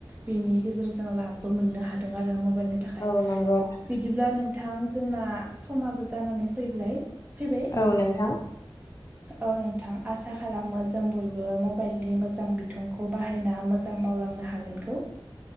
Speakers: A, on the right; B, on the left.
A: बेनि गेजेरजों लाबबो मोननो हादों आरो मबाइलनि थाखाय
B: औ नोंगौ।
A: बिदिब्ला नोंथां जोंना समाबो जानानै फैब्लाय। फैबाय।
B: औ नोंथां
A: औ नोंथां आसा खालामो जों बयबो मबाइलनि मोजां बिथंखौ बाहायना मोजां मावलांनो हागोनखौ।